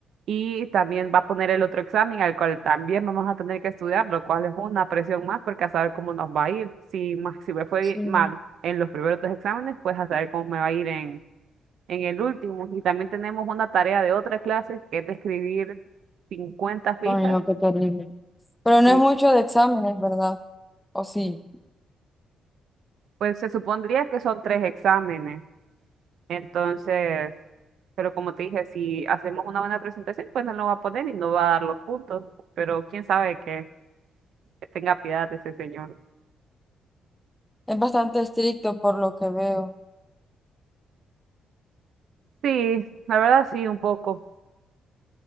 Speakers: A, on the right (about 65°); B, in the centre.
A: Y también va a poner el otro examen al cual también vamos a tener que estudiar, lo cual es una presión más porque a saber cómo nos va a ir. Si, ma- si me fue
B: Sí.
A: bi- mal en los primeros dos exámenes, pues a saber cómo me va a ir en, en el último. Y también tenemos una tarea de otra clase que es de escribir cincuenta fichas.
B: Ay, no, qué terrible. Pero no
A: Y
B: es mucho de exámenes, ¿verdad? O sí.
A: pues se supondría que son tres exámenes. Entonces, Pero como te dije, si hacemos una buena presentación, pues no lo va a poner y no va a dar los puntos. Pero quién sabe que, que tenga piedad de ese señor.
B: Es bastante estricto por lo que veo.
A: Sí, la verdad sí, un poco.